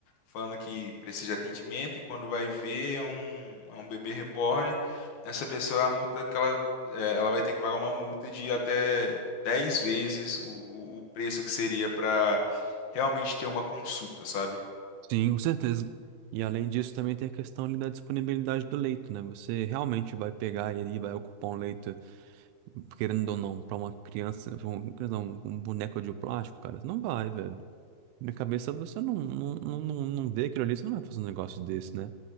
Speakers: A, on the left (about 65°); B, on the right (about 85°).
A: falando que precisa de atendimento e quando vai ver é um, é um bebê reborn, essa pessoa, a multa que ela, é, ela vai ter que pagar uma multa de até 10 vezes o, o preço que seria para realmente ter uma consulta, sabe?
B: Sim, com certeza. E além disso, também tem a questão ali da disponibilidade do leito, né? Você realmente vai pegar ele e vai ocupar um leito, querendo ou não, pra uma criança, pra um, criança não, um boneco de plástico, cara? Não vai, velho. Na minha cabeça, você não, não, não, não não vê aquilo ali, você não vai fazer um negócio desse, né?